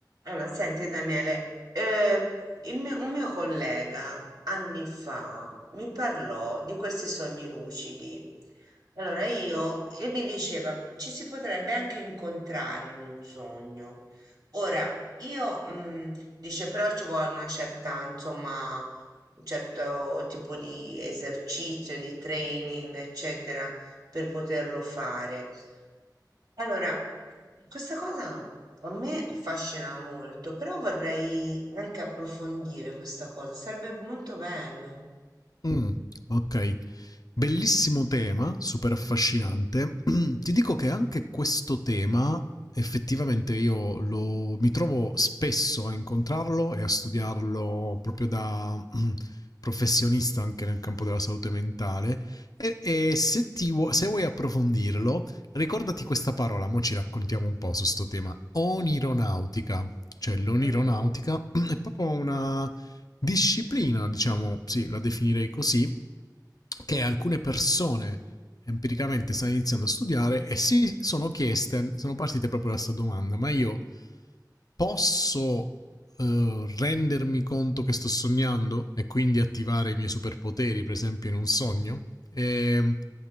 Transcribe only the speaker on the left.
Mh, okay. Bellissimo tema, super affascinante. <clears throat> Ti dico che anche questo tema effettivamente io lo mi trovo spesso a incontrarlo e a studiarlo proprio da, mhmm, professionista anche nel campo della salute mentale e e se ti vuo se vuoi approfondirlo, ricordati questa parola, mo' ci raccontiamo un po' su 'sto tema: onironautica. Cioè l'onironautica
<clears throat> è proprio una disciplina, diciamo, sì, la definirei così, che alcune persone empiricamente stanno iniziando a studiare e si sono chieste, sono partite proprio da questa domanda, ma io posso eh, rendermi conto che sto sognando e quindi attivare i miei superpoteri, per esempio, in un sogno? E,